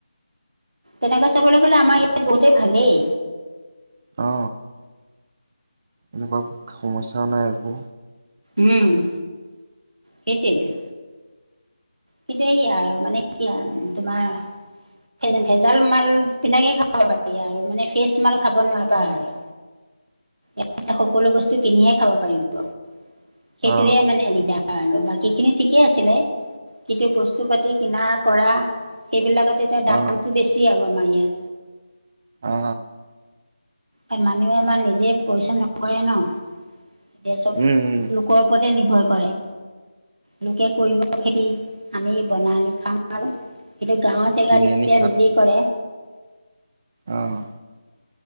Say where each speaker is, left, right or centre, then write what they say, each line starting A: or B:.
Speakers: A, on the right (about 65°); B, on the right (about 25°).
A: তেনেকুৱা চাবলৈ গ'লে আমাৰ ইয়াত বহুতেই ভালেই।
B: অ এনেকুৱা সমস্যাও নাই একো।
A: উম' সেইটোৱেটো। কিন্তু, এই আৰু মানে কি আৰু তোমাৰ- ভেজাল মাল বিলাকেই খাব বিলাকেই খাব পাৰিবি আৰু, মানে ফ্ৰেছ মাল খাব নাপাবি আৰু। এই সকলো বস্তু কিনিহে খাব পাৰিবি।
B: অ
A: সেইটোহে মানে দিগদাৰ আৰু বাকীখিনি ঠিকে আছিলে। কিন্তু বস্তু পাতি কিনা কৰা সেইবিলাকত এতিয়া দামটো
B: অ
A: বেছি আৰু আমাৰ ইয়াত।
B: অ
A: কাৰণ মানুহে আমাৰ নিজে পৰিশ্ৰম নকৰে ন। এতিয়া চোন
B: উম উম
A: লোকৰ ওপৰতে নিৰ্ভৰ কৰে। লোকে কৰিব খেতি। আমি বনালো খাওঁ আৰু এতিয়া গাঁৱৰ জেগাত
B: কিনি
A: এতিয়া
B: আনি
A: নিজেই কৰে।
B: অঁ।